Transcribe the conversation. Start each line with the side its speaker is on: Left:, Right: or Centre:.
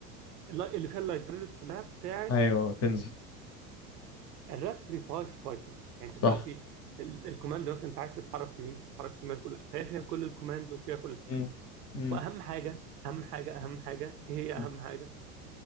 Right: اللي فيها اللايبريز كلها بتاعت
Left: ايوه تنزل
Right: الراسبري باي في بايثون يعني
Left: صح
Right: انت دلوقتي ال- الكوماند مثلا انت عايز تتحرك يمين تتحرك شمال كلها فهي فيها كل الكوماندز وفيها كل حاجه.
Left: مم. مم.
Right: واهم حاجه اهم حاجه اهم حاجه ايه هي
Left: مم.
Right: اهم حاجه